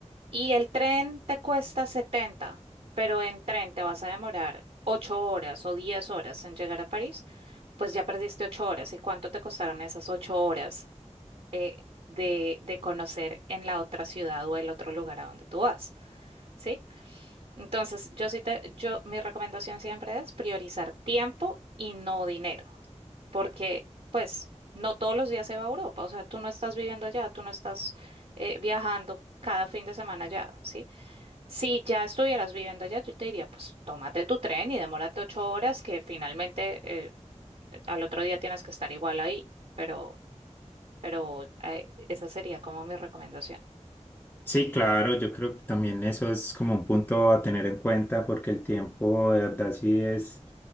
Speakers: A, on the right; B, on the left.
A: Y el tren te cuesta 70, pero en tren te vas a demorar 8 horas o 10 horas en llegar a París, pues ya perdiste 8 horas. ¿Y cuánto te costaron esas 8 horas eh, de, de conocer en la otra ciudad o el otro lugar a donde tú vas? ¿Sí? Entonces, yo sí te, yo, mi recomendación siempre es priorizar tiempo y no dinero, porque pues no todos los días se va a Europa, o sea, tú no estás viviendo allá, tú no estás eh, viajando cada fin de semana allá, ¿sí? Si ya estuvieras viviendo allá, yo te diría, pues tómate tu tren y demórate ocho horas, que finalmente eh, al otro día tienes que estar igual ahí, pero, pero eh, esa sería como mi recomendación.
B: Sí, claro, yo creo que también eso es como un punto a tener en cuenta porque el tiempo de verdad sí es